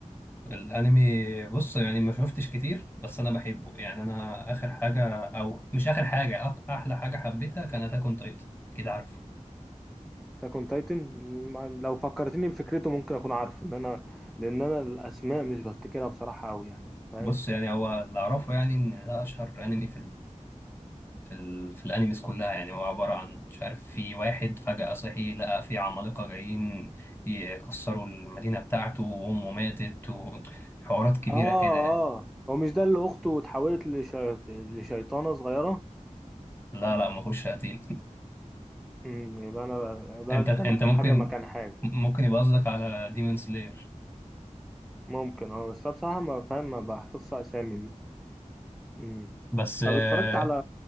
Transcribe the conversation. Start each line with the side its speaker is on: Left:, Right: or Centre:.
Left: الانمي بص يعني ما شفتش كتير بس انا بحبه يعني انا اخر حاجه او مش اخر حاجه أ- احلى حاجه حبيتها كانت اكون تايتن كده عارفه
Centre: اتاك اون تايتن لو فكرتني بفكرته ممكن اكون عارفه ان انا لان انا الاسماء مش بفتكرها بصراحه قوي يعني فاهم
Left: بص يعني هو اللي اعرفه يعني ان ده اشهر انمي في في ال... في الانيميز كلها يعني هو عبارة عن مش عارف في واحد فجأة صحي لقى في عمالقة جايين يكسروا المدينة بتاعته وأمه ماتت وحوارات كبيرة
Centre: اه اه
Left: كده يعني
Centre: هو مش ده اللي اخته اتحولت لشي... لشيطانه صغيره
Left: لا لا ما كنتش هتيجي
Centre: امم يبقى انا
Left: <laughs>
Centre: يبقى
Left: انت
Centre: أنا
Left: انت
Centre: دمجت
Left: ممكن
Centre: حاجه مكان حاجه
Left: ممكن يبقى قصدك على ديمون سلاير
Centre: ممكن اه بس أنا بصراحه ما فاهم ما بحفظش اسامي دي امم
Left: بس
Centre: طب
Left: آه،
Centre: اتفرجت على